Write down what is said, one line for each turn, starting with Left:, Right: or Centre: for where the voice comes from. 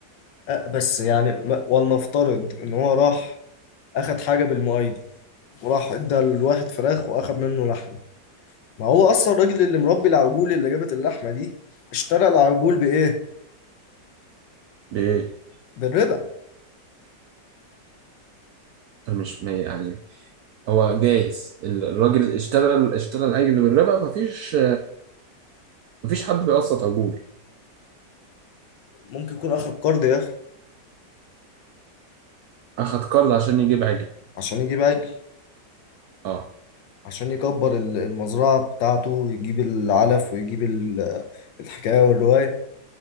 Left: أه، بس يعني ما- ولنفترض ان هو راح اخد حاجة بالمؤيد وراح ادى الواحد فراخ واخد منه لحمه ما هو اصلا الراجل اللي مربي العجول اللي جابت اللحمه دي اشترى العجول بايه
Right: بي...
Left: بالربا
Right: مش ما يعني هو جايز الراجل اشترى اشترى العجل بالربا مفيش مفيش حد بيقسط عجول
Left: ممكن يكون اخد قرض يا اخي
Right: أخد قرض عشان يجيب عجل
Left: عشان يجيب عجل
Right: اه
Left: عشان يكبر ال- المزرعه بتاعته يجيب العلف ويجيب ال- الحكايه والروايه